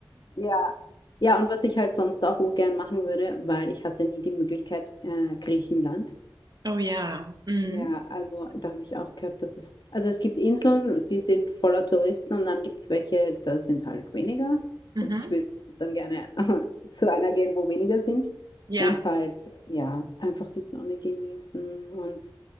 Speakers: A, on the left; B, on the right.
A: Ja. Ja, und was ich halt sonst auch gern machen würde, weil ich hatte nie die Möglichkeit, äh, Griechenland.
B: Oh ja. Mhm.
A: Ja, also da habe ich auch gehört, dass es, also es gibt Inseln, die sind voller Touristen und dann gibt es welche, da sind halt weniger.
B: Mhm.
A: Und ich würde dann gerne <laughs> zu einer gehen, wo weniger sind
B: Ja,
A: und halt, ja, einfach die Sonne genießen und